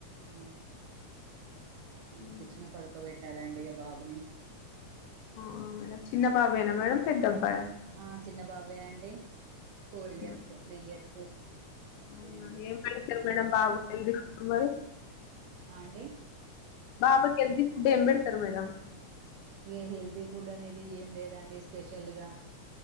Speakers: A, on the right; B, on the left.
A: ఊ తినిపిచ్చిన
B: ఉమ్,
A: పడుకోబెట్టాలండి ఇగ బాబుని
B: ఆ మేడం చిన్న బాబేనా మేడం పెద్ద అబ్బాయ
A: ఆ చిన్న బాబే అండి ఫోర్
B: చిన్న-
A: ఇయర్స్, త్రీ ఇయర్స్ అంతే
B: అవునా
A: అండి
B: ఏం పెడతరు మేడం బాబు కి హెల్తీ ఫుడ్ మరి
A: ఆ అండి
B: బాబుకి హెల్తీ ఫుడ్ ఎం పెడతరు మేడమ్
A: ఇగ హెల్తీ ఫుడ్ అనేది ఏం లేదండి స్పెషల్ గా